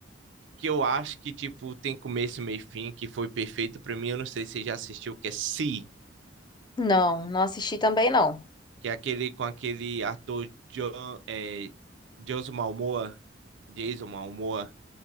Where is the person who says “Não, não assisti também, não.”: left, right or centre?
Left